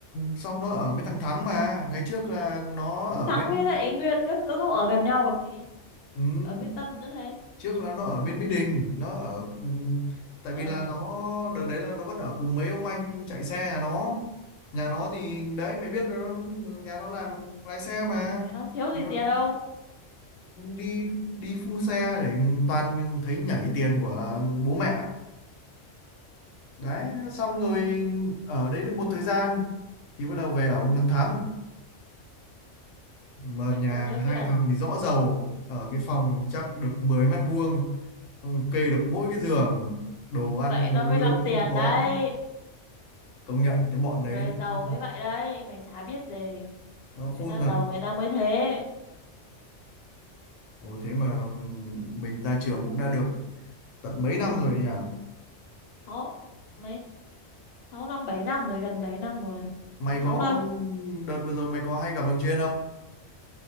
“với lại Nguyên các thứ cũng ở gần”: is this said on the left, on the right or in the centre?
Left